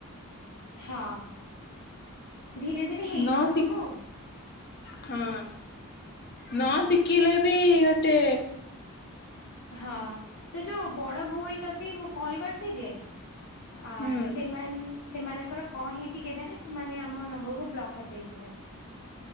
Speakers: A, on the left; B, on the left.
A: ହଁ ଧୀରେ ଧୀରେ ହେଇଯିବ
B: ନ
A: ସବୁ
B: ଶିଖ ହଁ ନ ଶିଖିଲେ ବି ଗୋଟେ
A: ହଁ ସେ ଯୋଉ ବଡ ଭଉଣୀ କତି ମୁଁ କଲ କରିଥିଲି ଅ
B: ହୁଁ
A: ସେମାନେ ସେମାନଙ୍କର କଣ ହେଇଚି କେଜାଣି ସେମାନେ ଆମ ନମ୍ବର କୁ ବ୍ଲକ କରିଦେଇଥିଲେ।